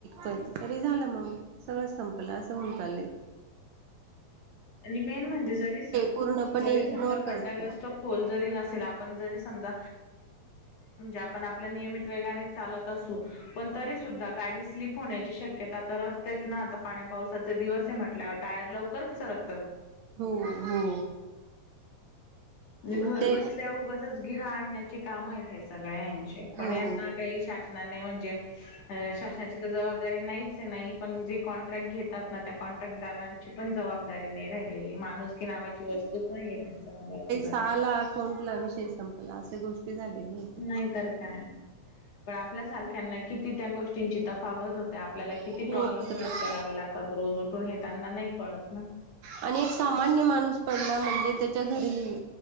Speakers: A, on the right; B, on the left.
A: पण तरी झालं मग सगळ संपलं अस. होऊन चालले
B: आणि मेन म्हणजे जरी
A: पूर्णपणे
B: जरी
A: इग्नोर
B: समजा खड्डा
A: करताय
B: जास्त
A: ते
B: खोल जरी नसेल आप.. सज नि समजा आप आप नियमित पणे वेगा चालत असूण तरी... सुद्धा गाडी स्लीप होण्याची शक्यताता रस्तेच ना आता पाण्या पावसाचे दिवस आहे म्हटल्यावर टायर लवकर सरक...
A: हो हो...
B: म्हणजे
A: मग
B: घर
A: ते
B: बसल्या उगाच गिर आणण्याचे काम आहेत हे सगळ्यां... पण
A: हो
B: यांना काही शासकीय.. शासनाने म्हणजे शासनाची जारी नाही नाही पण जे कॉन्ट्रॅक्ट घेत. कॉन्ट्रॅक्टदारांची पण जबाबदारी नाही राहिलेली माणूस की नावाची वस्तूच नाहीये त्यां..
A: साला अकाउंटला विषय संपला अशा गोष्टी झालेल्या आहेत
B: नाही तर काय... पण आपल्यासारख्यांना किती त्या गोष्टींची तफावत होते. आपल्याला किती
A: खूप
B: प्रॉब्लेम
A: त्रास
B: फेस करावे लागतात रोज उठून हेताना नाही कळत ना..
A: आणि एक सामान्य माणूस पडला म्हणजे त्याच्या घरी